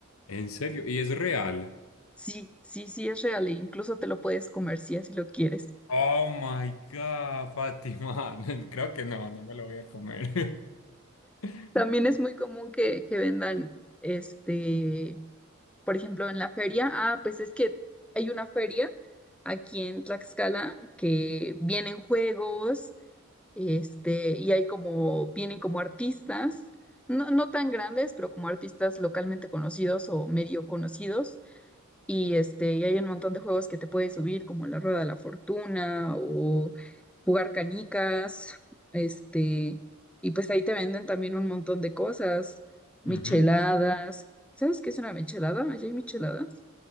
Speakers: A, on the left; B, in the centre.
A: ¿En serio? ¿Y es real?
B: Sí, sí, sí es real, e incluso te lo puedes comer si así lo quieres.
A: Oh my God, Fátima. <laughs> Creo que no, no me lo voy a comer. <laughs>
B: También es muy común que, que vendan este por ejemplo, en la feria, ah, pues es que hay una feria aquí en Tlaxcala que vienen juegos, este, y hay como, vienen como artistas, no, no tan grandes, pero como artistas localmente conocidos o medio conocidos, y, este, y hay un montón de juegos que te puedes subir, como la Rueda de la Fortuna o jugar canicas. Este, y pues ahí te venden también un montón de cosas, micheladas.
A: Ujú.
B: ¿Sabes qué es una michelada? ¿Allá hay micheladas?